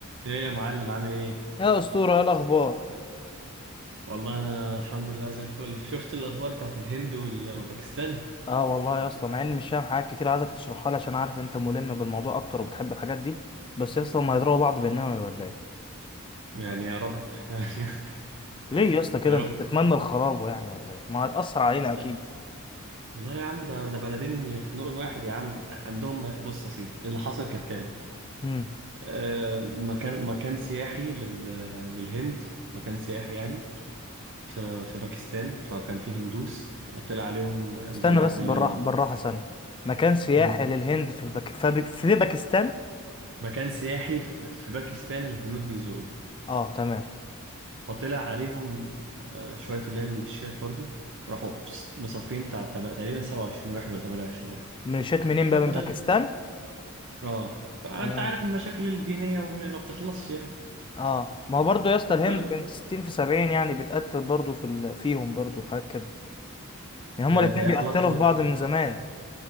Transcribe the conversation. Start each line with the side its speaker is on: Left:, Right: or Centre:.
Right: ايه يا معلم عامل ايه؟
Left: يا اسطوره ايه الاخبار
Right: والله انا الحمد لله زي الفل شفت الاخبار بتاعت الهند وال- وباكستان
Left: اه والله يا اسطى مع اني مش فاهم حاجات كتير عايزك تشرحها لي عشان عارف انت ملم بالموضوع اكتر وبتحب الحاجات دي بس يا اسطى ما يضربوا بعض بالنووي ولا ايه
Right: يعني يا رب يعني <laughs>
Left: ليه يا اسطى كده
Right: يا رب
Left: انت بتتمنى الخراب يعني ولا ايه ما هتأثر علينا اكيد
Right: لا لا يا عم ده ده بلدين يخنقوا الواحد يا عم عندهم بص يا سيدي اللي حصل كالتالي
Left: امم
Right: آه مكان مكان سياحي لل للهند مكان سياحي يعني في في باكستان فكان فيه هندوس طلع عليهم جماعات
Left: استنى بس
Right: اللي
Left: بالراحه
Right: هي ال-
Left: بالراحه ثانيه مكان سياحي
Right: مم.
Left: للهند في البك... فب... في باكستان
Right: مكان سياحي في في باكستان الهنود بيزوروه
Left: اه تمام
Right: فطلع عليهم آه، شوية اللي هي الميليشيات برضو راحوا فس- مصفين بتاع تم- تقريبا 27 واحد ولا 28 واحد
Left: من شات منين
Right: فابتد
Left: بقى من باكستان
Right: اه فأنت
Left: تمام
Right: عارف المشاكل الدينية وما ما بتخلصش يعني
Left: اه ما هو برضه يا اسطى الهند
Right: فال
Left: بنت 60 في 70 يعني بتقتل برضه في ال... فيهم برضه حاجات كده يعني هما
Right: ده
Left: الاتنين
Right: ده ايه
Left: بيقتلوا
Right: علاقته
Left: في بعض من زمان